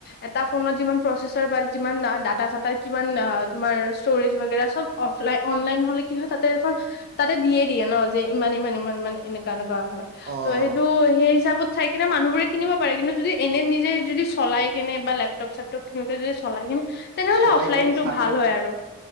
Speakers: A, on the left; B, on the right.
A: এ তোমাৰ যিমান প্ৰচেছৰ বাৰে যিমান দাদা চাতাৰ কিমান তোমাৰ ষ্টৰেজ বগেৰা চব অফলন অনলাইন হলে কি হয় তাতে এখন তাতে দিয়ে দিয়ে ন ইমান ইমান ইমান মানে এনেকুৱা এনেকুৱা হয়
B: অ
A: ত সেইটো
B: অ
A: সেই হিচাপত চাই কিনে মানুহবোৰে কিনিব পাৰে কিন্তু যদি এনে নিজে যদি চলাই কেনে বা লেপটপ চেপটপ কিনোতে যদি চলাই কিনে তেনেহ'লে
B: চলাই
A: অফলাইনটো
B: কিনে চা।
A: ভাল হয় আৰু